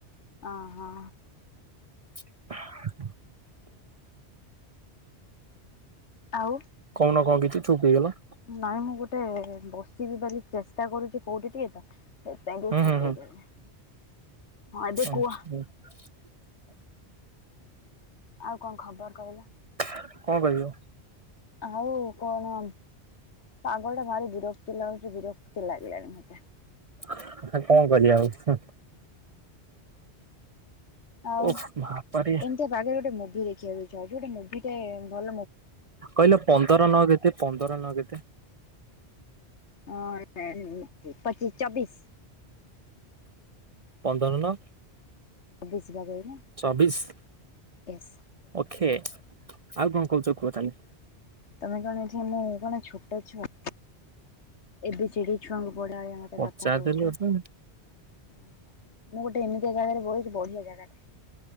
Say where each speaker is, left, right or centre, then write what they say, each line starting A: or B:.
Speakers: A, on the left; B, on the right.
A: ଅ ହଁ।
B: <inaudible>
A: ଆଉ
B: କହୁନ କଣ କିଛି ଚୁପ୍ ହେଇଗଲା।
A: ନାଇଁ ମୁଁ ଗୋଟେ ବସିବି ବୋଲି ଚେଷ୍ଟା କରୁଚି କୋଉଠି ଟିକେ ତ।
B: ହୁଁ ହୁଁ ହୁଁ
A: <unintelligible>
B: <unintelligible>
A: ହଁ ଏବେ କୁହ ଆଉ କଣ ଖବର କହିଲ?
B: କଣ କହିବି ଆଉ।
A: ଆଉ କଣ? ପାଗ ଟା ଭାରି ବିରକ୍ତି ଲାଗୁଛି ବିରକ୍ତି ଲାଗିଲାଣି ମତେ।
B: ଆଉ କଣ କରିବା ଆଉ।
A: ଆଉ
B: ଓଃ ବାପାରେ
A: ଏମିତିଆ ପାଗ ରେ ଗୋଟେ ମୁଭି ଦେଖିବାକୁ ଇଚ୍ଛା ହଉଚି। ଗୋଟେ ମୁଭି ଟେ ଭଲ
B: କହିଲ ପନ୍ଦର ନ କେତେ ପନ୍ଦର ନ କେତେ?
A: ହ ପଚିଶ ଚବିଶ।
B: ପନ୍ଦର ନ
A: ଚବିଶ ବା କହିଲି
B: ଚବିଶ
A: ୟେସ୍
B: ଓକେ ଆଉ କଣ କହୁଛ କୁହ ତାହେଲେ।
A: ତମେ କଣ ମୁଁ କଣ ଛୋଟ ଛୁଆ? ଏବେ ଛି ଡି ଛୁଆଙ୍କୁ ପଡ ବଳିଆ ମତେ
B: ପଚାରିଦେଲି
A: କଥା କହୁଛ।
B: ଗୋଟେ
A: ମୁଁ ଗୋଟେ ଏମିତିଆ ଜାଗାରେ ବହୁଛି ବଢିଆ ଯାଗାରେ।